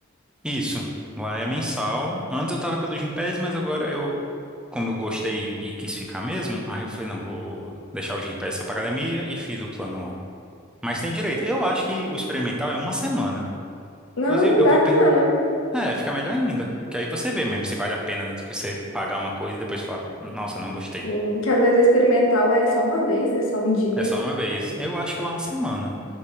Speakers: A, in the centre; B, on the left (about 80°).
A: Isso. Lá é mensal. Antes eu tava pelo Gympass, mas agora eu, como eu gostei e quis ficar mesmo, aí eu falei, não, vou deixar o Gympass só pra academia e fiz o plano lá. Mas tem direito. Eu acho que o experimental é uma semana.
B: Não,
A: Inclusive, eu
B: é bacana.
A: vou perguntar. É, fica melhor ainda. Que aí você vê mesmo se vale a pena, né, do que você pagar uma coisa e depois falar, nossa, não gostei.
B: Sim, que às vezes o experimental é só uma vez, né? Só um dia.
A: É só uma vez. Eu acho que lá é uma semana.